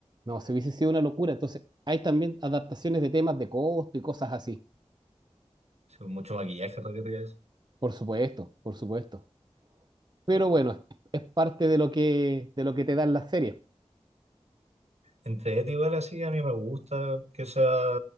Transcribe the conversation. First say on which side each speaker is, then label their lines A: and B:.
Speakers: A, on the right; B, on the right.
A: No, se hubiese sido una locura. Entonces, hay también adaptaciones de temas de costo y cosas así.
B: sí, con mucho maquillaje, requería eso.
A: Por supuesto, por supuesto. Pero
B: Terrible.
A: bueno, es, es parte de lo que, de lo que te dan las series.
B: Entre Ed igual así, a mí me gusta que sea